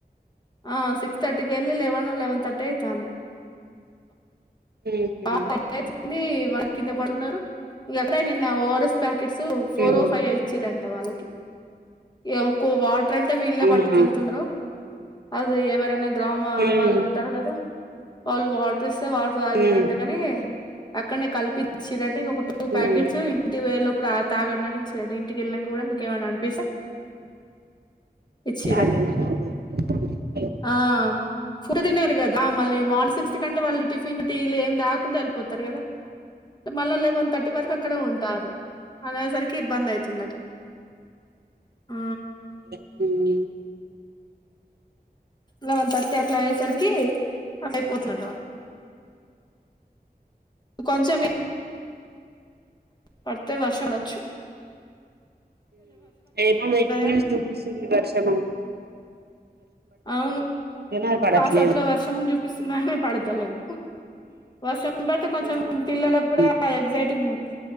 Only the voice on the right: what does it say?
ఉహు
ఉమ్
అవునా
ఉమ్
ఉమ్
ఉమ్
అదే తర్వాత
మ్మ్
ఏమో వేటు న్యూస్
చూపిస్తుంది వర్షం అని
అది పడట్లేదు
ఎండ మాత్రం
దంచుతుంది